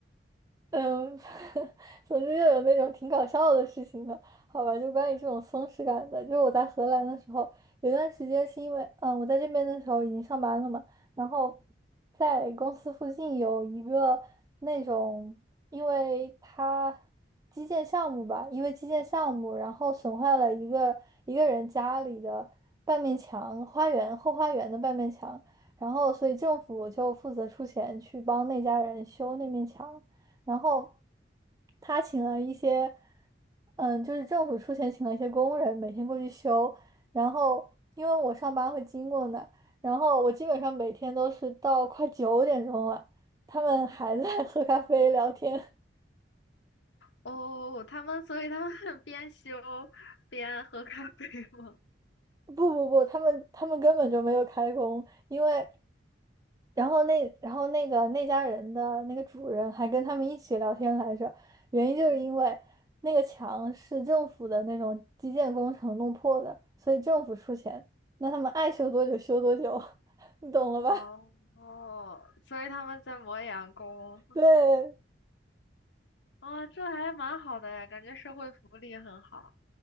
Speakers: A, on the right (about 20°); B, on the left (about 75°).
A: 嗯，<laughs> 总之又有那种挺搞笑的事情的，好吧？就关于这种松弛感的，就是我在荷兰的时候，有段时间是因为，嗯，我在这边的时候已经上班了嘛，然后在公司附近有一个那种，因为它基建项目吧，因为基建项目，然后损坏了一个一个人家里的半面墙，花园后花园的半面墙，然后所以政府就负责出钱去帮那家人修那面墙。然后他请了一些，嗯，就是政府出钱请了一些工人，每天过去修。然后因为我上班会经过那儿然后我基本上每天都是到快九点钟了，他们还在 <laughs> 喝咖啡聊天。
B: 哦，他们，所以他们 <laughs> 边修边喝咖啡吗？
A: 不不不，他们他们根本就没有开工，因为然后那然后那个那家人的那个主人还跟他们一起聊天来着，原因就是因为那个墙是政府的那种基建工程弄破的，所以政府出钱，那他们爱修多久修多久，<laughs> 你懂了吧？
B: <laughs> 哦，哦，所以他们在磨洋工。
A: <laughs> 对，
B: 哦，这还蛮好的呀，感觉社会福利很好。